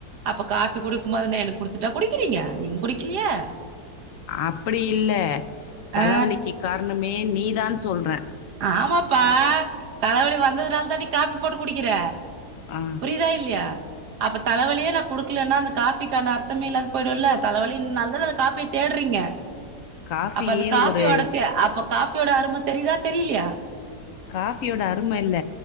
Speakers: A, on the right; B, on the left.
A: அப்போ காபி குடிக்குபோதுன எனக்கு குடுத்துட்டா குடிக்கிறீங்க நீங் குடிக்லயா
B: அப்டி இல்ல தல
A: ஆ
B: வலிக்கு காரணமே நீ தா சொல்ற
A: ஆமா பா தல வலி வந்ததுனாலதான்டி காபி போட்டு குடிக்கிற
B: ஆ.
A: புரிதா இல்லயா அப்ப தல வலியே நா குடுக்கலன்னா அந்த காபிக்கான அர்த்தமே இல்லாத போயிடும்ல தல வலி னால்தான அந்த காபிய தேட்றிங்க
B: காஃபியே
A: அப்ப அந்த காஃபியோட
B: ஒரு
A: தே அப்ப காஃபியோட அரும தெரிதா தெரிலயா
B: காஃபியோட அரும இல்ல